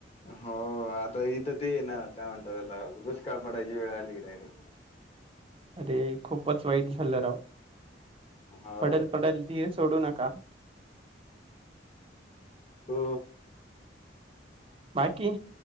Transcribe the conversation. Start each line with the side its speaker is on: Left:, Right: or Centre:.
Left: हो आता इथं ते ना काय म्हणतात त्याला दुष्काळ पडायची वेळ आली डायरेक्ट
Right: अरे खूपच वाईट झालं राव
Left: हो
Right: पडेल पडेल धीर सोडू नका
Left: हो
Right: बाकी